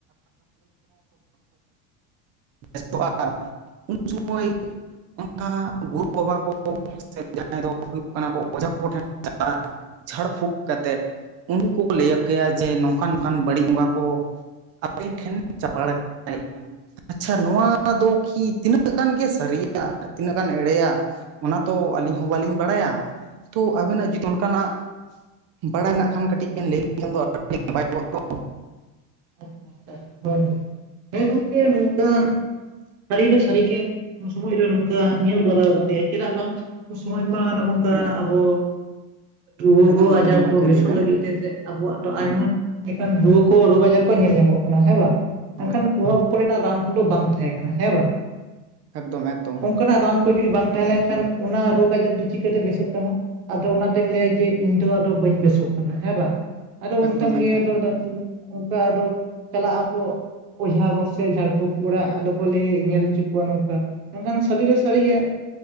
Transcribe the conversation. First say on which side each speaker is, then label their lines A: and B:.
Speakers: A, on the right; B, on the right.
A: ᱵᱮᱥᱚᱜ-ᱟ ᱩᱱ ᱥᱚᱢᱚᱭ ᱚᱱᱠᱟ ᱜᱩᱨᱩ ᱵᱟᱵᱟ ᱠᱚ ᱥᱮ ᱡᱟᱦᱟᱸᱭ ᱫᱚ ᱦᱩᱭᱩᱜ ᱠᱟᱱᱟ ᱠᱚ ᱚᱡᱷᱟ ᱠᱚᱴᱷᱮᱱ ᱪᱟᱞᱟᱜ-ᱟ ᱾ ᱡᱷᱟᱲ ᱯᱷᱩᱸᱠ ᱠᱟᱛᱮᱫ ᱩᱱᱠᱩ ᱠᱚᱠᱚ ᱞᱟᱹᱭ ᱟᱠᱚ ᱜᱮᱭᱟ ᱡᱮ ᱱᱚᱝᱠᱟᱱ ᱱᱚᱝᱠᱟᱱ ᱵᱟᱹᱲᱤᱡ ᱵᱚᱸᱜᱟ ᱠᱚ ᱟᱵᱮᱱ ᱴᱷᱮᱱ ᱪᱟᱯᱟᱲ‌ ᱢᱮᱱᱟᱭᱟ ᱾ ᱟᱪᱪᱷᱟ ᱱᱚᱣᱟ ᱫᱚ ᱠᱤ ᱛᱤᱱᱟᱹᱜ ᱜᱟᱱ ᱜᱮ ᱥᱟᱹᱨᱤᱭᱟ ᱛᱤᱱᱟᱹᱜ ᱜᱟᱱ ᱮᱲᱮᱭᱟ ᱾ ᱚᱱᱟ ᱛᱚ ᱟᱹᱞᱤᱧ ᱦᱚᱸ ᱵᱟᱹᱞᱤᱧ ᱵᱟᱲᱟᱭᱟ ᱛᱚ ᱟᱵᱤᱱᱟᱜ ᱡᱩᱫᱤ ᱚᱱᱠᱟᱱᱟᱜ ᱵᱟᱲᱟᱭ ᱢᱮᱱᱟᱜ ᱠᱷᱟᱱ ᱠᱟᱹᱴᱤᱡ ᱵᱮᱱ ᱞᱟᱹᱭ ᱞᱮᱠᱷᱟᱱ ᱫᱚ ᱟᱹᱰᱤ ᱱᱟᱯᱟᱭ‌ ᱠᱚᱜ-ᱟ ᱛᱚ ᱾
B: ᱟᱪᱪᱷᱟ ᱟᱪᱪᱷᱟ ᱾ ᱦᱳᱭ ᱦᱳᱭ ᱦᱮᱸ ᱜᱚᱝᱠᱮ ᱱᱚᱝᱠᱟ ᱥᱟᱹᱨᱤ ᱫᱚ ᱥᱟᱹᱨᱤ ᱜᱮ ᱩᱱ ᱥᱚᱢᱚᱭ ᱨᱮ ᱱᱚᱝᱠᱟ ᱧᱮᱞ ᱵᱟᱲᱟ ᱟᱠᱟᱫᱮᱭᱟ ᱪᱮᱫᱟᱜ ᱵᱟᱝ ᱩᱱ ᱥᱚᱢᱚᱭ ᱢᱟ ᱱᱚᱜ ᱱᱚᱝᱠᱟ
A: ᱦᱮᱸ
B: ᱟᱵᱚ <inaudible> ᱨᱩᱣᱟᱹ
A: ᱟᱸᱡᱚᱢ
B: ᱠᱚ
A: ᱫᱟᱞᱤᱧ
B: ᱟᱡᱟᱨ
A: ᱜᱚᱝᱠᱮ
B: ᱠᱚ ᱵᱮᱥᱚᱜ
A: ᱞᱟᱹᱭ ᱵᱮᱱ
B: ᱞᱟᱹᱜᱤᱫ ᱛᱮ ᱛᱮᱜ ᱟᱵᱚᱣᱟᱜ ᱫᱚ ᱟᱭᱢᱟ ᱞᱮᱠᱟᱱ ᱨᱩᱣᱟᱹ ᱠᱚ ᱨᱳᱜᱽ ᱟᱡᱟᱨ ᱠᱚ ᱧᱮᱞ ᱧᱟᱢᱚᱜ ᱠᱟᱱᱟ ᱦᱮᱸ ᱵᱟᱝ ᱢᱮᱱᱠᱷᱟᱱ
A: ᱦᱳᱭ
B: ᱱᱚᱣᱟ ᱠᱚᱨᱮᱱᱟᱜ ᱨᱟᱱ ᱠᱚᱫᱚ ᱵᱟᱝ ᱛᱟᱦᱮᱸ ᱠᱟᱱᱟ ᱦᱮᱸ ᱵᱟᱝ ᱾
A: ᱮᱠᱫᱚᱢ ᱮᱠᱫᱚᱢ
B: <inaudible> ᱚᱱᱠᱟᱱᱟᱜ ᱨᱟᱱ ᱠᱩ ᱡᱩᱫᱤ ᱵᱟᱝ ᱛᱟᱦᱮᱸ ᱞᱮᱱᱠᱷᱟᱱ ᱚᱱᱟ ᱨᱳᱜᱽ ᱟᱡᱟᱨ ᱫᱚ ᱪᱤᱠᱟᱹᱛᱮ ᱵᱮᱥᱚᱜ ᱛᱟᱢᱟ? ᱟᱫᱚ ᱚᱱᱟᱛᱮᱢ ᱞᱟᱹᱭᱟ ᱡᱮ ᱤᱧ ᱫᱚ ᱟᱫᱚ ᱵᱟᱹᱧ ᱵᱮᱥᱚᱜ ᱠᱟᱱᱟ ᱦᱮᱸ ᱵᱟᱝ ᱟᱫᱚ ᱩᱱᱠᱷᱟᱱ
A: ᱮᱠᱫᱚᱢ
B: ᱜᱮ
A: ᱮᱠᱫᱚᱢ
B: ᱟᱫᱚ ᱠᱟ ᱟᱫᱚ ᱪᱟᱞᱟᱜ ᱟᱠᱚ ᱚᱡᱷᱟ ᱜᱚᱥᱮ ᱡᱷᱟᱲ ᱯᱷᱩᱰ ᱚᱲᱟᱜ ᱫᱚᱠᱚ ᱞᱟᱹᱭ ᱧᱮᱞ ᱦᱚᱪᱚ ᱠᱚᱣᱟ ᱱᱚᱝᱠᱟ᱾ ᱢᱮᱱᱠᱷᱟᱱ ᱥᱟᱹᱨᱤ ᱫᱚ ᱥᱟᱹᱨᱤ ᱜᱮ᱾